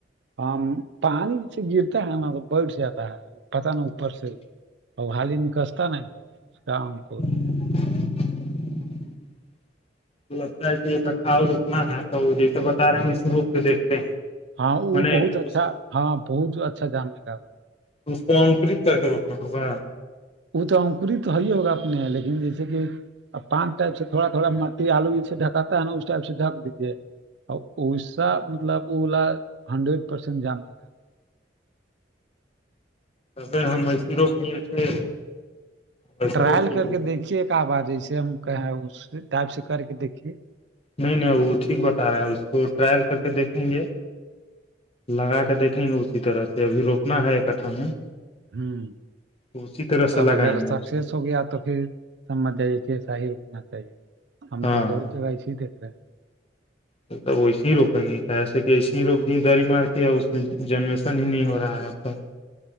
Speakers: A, on the right; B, on the left.
A: ہاں پانی سے گرتا ہے نا تو بیٹھ جاتا ہے پتا نا اوپر سے ا حال ہی نکستا نا اس کام کو
B: <unintelligible> تو لگتا ہے کہ ایک اھاؤ رکنا ہے تو جیسے بتا رہے ہیں اسیے روک کے دیکھتے ہیں
A: ہاں
B: میں
A: وہ
B: نے
A: بہت
B: اس
A: اچھا ہاں بہت اچھا جامے گا وہ
B: تو اس کو انکرت کر کے روکنا ہوگا
A: وہ تو انکوری تو ہے ہی ہوگا اپنے لیکن جیسے کہ اور پانچ ٹائپ سے تھواوڑا مٹی آلو جسے ڈکاتا ہے ن اس ٹائپ سے ڈھک دیجیے ایسا مطلب اولا ہنڈریڈ پرسینٹ جام ہے
B: سبے ہم مسرو بھی تھے ویسے
A: ٹرائل
B: روک دی
A: کر
B: گئی
A: کے دیکھیے ایک آوار جیسے ہم کہ اس ٹائپ سے کر کے دیکھیے
B: نہیں نہیں وہ ٹھیک بتا رہے ہیں اس کو ٹرائل کر کے دیکھیں گے لگا کے دیکھیں گے اسی طرح سے ابھی روکنا ہے اکٹھا میں
A: ہوں
B: تو اسی طرح
A: تب
B: سے لگائیں
A: اگر
B: گے
A: سکسیس
B: اس کو
A: ہو گیا تو پھر سمجھ ج ایسا ہی رکنا چاہیے ہم
B: ہاں
A: تو بہت جگہ ایی دیکھ رہے ہیں
B: تو تب ویسے ہی روکیں گے کیسے کہ ایسے ہی روک دیے دری مار کے اس میں جنریشن ہی نہیں ہو رہا ہے اب ہوں